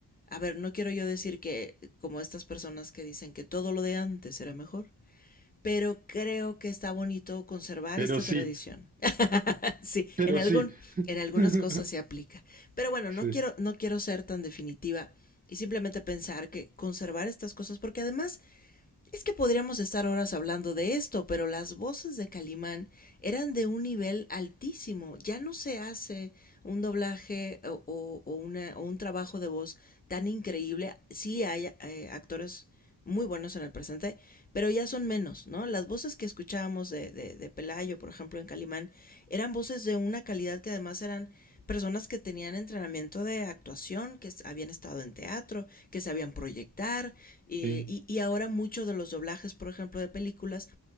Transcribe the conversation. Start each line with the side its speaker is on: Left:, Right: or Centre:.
Left: a ver, no quiero yo decir que como estas personas que dicen que todo lo de antes era mejor, pero creo que está bonito conservar
Right: Pero
Left: esta
Right: sí,
Left: tradición. <laughs> sí,
Right: pero
Left: en algún
Right: sí.
Left: en algunas
Right: <laughs>
Left: cosas se aplica. Pero bueno,
Right: Sí,
Left: no quiero no quiero ser tan definitiva y simplemente pensar que conservar estas cosas porque además es que podríamos estar horas hablando de esto, pero las voces de Calimán eran de un nivel altísimo. Ya no se hace un doblaje o, o- o una- o un trabajo de voz tan increíble. Sí hay eh, actores muy buenos en el presente, pero ya son menos, ¿no? Las voces que escuchábamos de, de- de Pelayo, por ejemplo, en Calimán, eran voces de una calidad que además eran personas que tenían entrenamiento de actuación, que habían estado en teatro, que sabían proyectar, eh,
Right: sí,
Left: y, y, ahora muchos de los doblajes, por ejemplo, de películas,